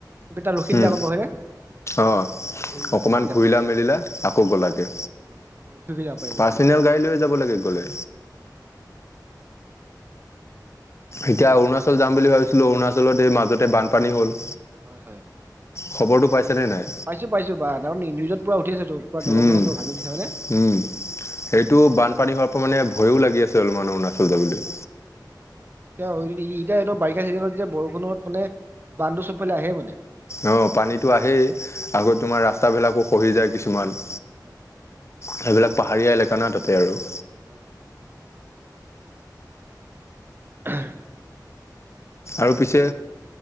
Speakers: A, on the right; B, on the left.
A: তুমি তাত ৰখি
B: উম,
A: দিলা গম পোৱা, হয়নে?
B: অঁ
A: মানে সেইটো
B: অকণমান
A: চিষ্টেম
B: ঘূৰিলা
A: হয়।
B: মেলিলা আকৌ
A: অ
B: গলাগে,
A: আকৌ গ'লা সেইটো ৰখি ৰখি যাব পাৰিবা
B: পাৰ্চনেল
A: তুমি
B: গাড়ী লৈ যাব লাগে গ'লে।
A: অ
B: এতিয়া অৰুণাচল যাম বুলি ভাবিছিলোঁ, অৰুণাচলত এই মাজতে বানপানী হ'ল।
A: হয়, হয়।
B: খবৰটো পাইছে নে নাই?
A: পাইছো, পাইছো বা কাৰণ নিউজ পুৰা উঠি আছে ত, পুৰা দলং-চলং
B: উম,
A: পঙৰা ভাঙি দিছে, হয় নে?
B: উম, সেইটো বানপানী হোৱাৰ পৰা মানে ভয়ো লাগি আছে অলপমান অৰুণাচল যাবলৈ।
A: এতিয়া এনে বাৰিষা চিজনত যে বৰষুণত মানে বানটো চবফালে আহে মানে।
B: অঁ, পানীতো আহেই আকৌ
A: অ',
B: তোমাৰ ৰাস্তাবিলাকো খহি যায় কিছুমান।
A: হয়।
B: সেইবিলাক পাহাৰীয়া এলেকা না তাতে আৰু।
A: অঁ। হয়।
B: আৰু পিছে